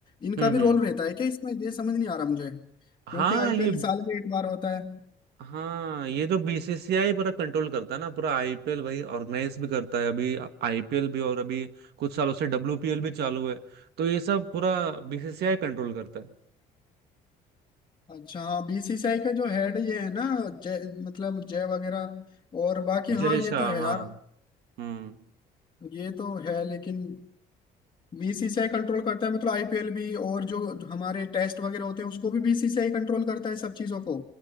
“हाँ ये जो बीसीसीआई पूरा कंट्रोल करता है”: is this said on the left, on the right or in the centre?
Right